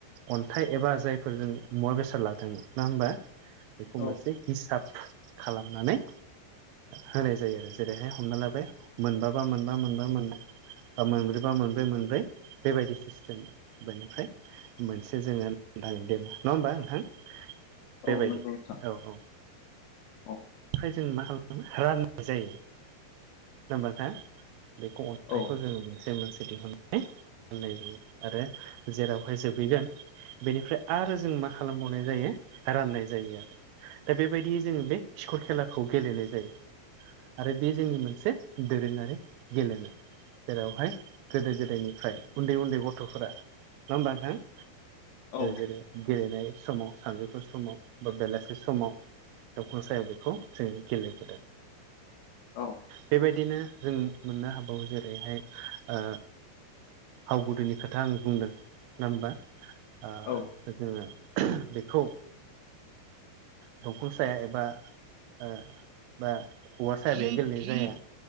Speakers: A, on the right; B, on the left.
A: अन्थाइ एबा जायफोर जों मुवा बेसाद लादोंमोन नङा होमबा बेखौ
B: औ
A: मोनसे हिसाफ खालामनानै होनाय जायो आरो जेरैहाय हमना लाबाय मोनबाबा मोनबा मोनबा मोनबा बा मोनब्रै बा मोनब्रै मोनब्रै बेबायदि सिस्टेमै बेनिफ्राय मोनसे जोङो नानै दो नङा होमबा नोंथां बेबायदि
B: औ नंगौ नोंथां
A: औ औ
B: औ
A: आमफ्राय जों मा खालामो राननाय जायो नङा होनबा नोंथां बेखौ अन्थाइखौ
B: औ
A: जोङो मोनसे मोनसे दिहुन नाय जायो आरो जेरावहाय जोबहैगोन बेनिफ्राय आरो जों मा खालामबावनाय जायो राननाय जायो आरो दा बेबायदियै जोङो बे खिखर खेलाखौ गेलेनाय जायो आरो बे जोंनि मोनसे दोरोङारि गेलेनाय जेरावहाय गोदो गोदायनिफ्राय उन्दै उन्दै गथ'फोरा नङा होनबा नोंथां?
B: औ औ औ
A: जेरै गेलेनाय समाव सानजौफु समाव बा बेलासि समाव असायाव बेखौ जों गेलेबोदों
B: औ
A: बेबायदिनो जों मोननो हाबावो जेरैहाय ओ हाव गुदिनि खोथा आं बुंदों नङा होमबा? ओ
B: औ
A: जोङो बेखौ दंफां साया एबा बा ओ बा हौवा सायाब गेलेनाय जाया